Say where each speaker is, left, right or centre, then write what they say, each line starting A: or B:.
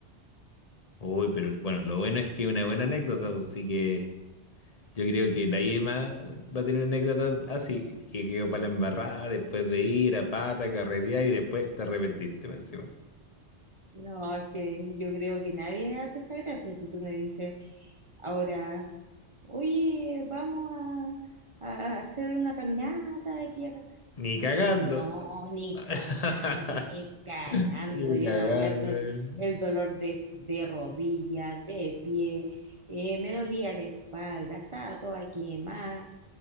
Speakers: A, on the left; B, on the right.
A: uy, pero bueno, lo bueno es que es una buena anécdota, así que yo creo que nadie más va a tener anécdota así, que quedó para la embarrada después de ir a pata, carretear y después te arrepentiste más encima.
B: No, es que yo creo que nadie hace esa gracia. Si tú me dices ahora, oye, vamos a, a hacer una caminata de aquí a acá.
A: Ni cagando.
B: No, ni
A: <laughs>
B: cagando, ni cagando.
A: Ni
B: Yo
A: cagando.
B: me acuerdo el,
A: eh.
B: el dolor de, de rodilla, de pie, eh, me dolía la espalda, estaba toda quemada,